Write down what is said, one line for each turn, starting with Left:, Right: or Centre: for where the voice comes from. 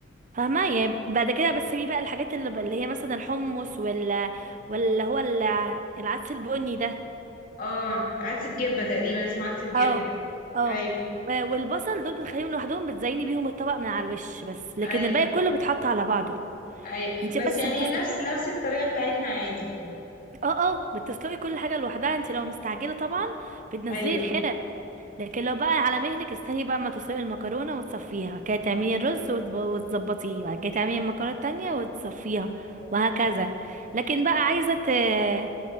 Right: فاهمه يعني بعد كده بس في بقى الحاجات اللي, اللي هي مثلا الحمص ولا ولا هو الع- العدس البني ده
Left: اه عدس بجبه تقريبا اسمه عدس بجبه
Right: اه اه
Left: ايوه
Right: و- والبصل دول بتخليهم لوحدهم بتزيني بيهم الطبق من على الوش بس لكن
Left: ايوه
Right: الباقي كله بيتحط على بعضه
Left: ايوه
Right: انت
Left: بس
Right: بس
Left: يعني
Right: بتسلقي
Left: هي نفس نفس الطريقه بتاعتنا عادي
Right: اه اه بتسلقي كل حاجه لوحدها انت لو مستعجله طبعا بتنزلي
Left: ايوه
Right: الحله لكن لو بقى على مهلك استني بقى ما تسلقي المكرونه وتصفيها بعد كده تعملي الرز وتب- وتظبطيه بعد كده تعملي المكرونه التانية وتصفيها
Left: ايوه
Right: وهكذا لكن بقى عايزه ت-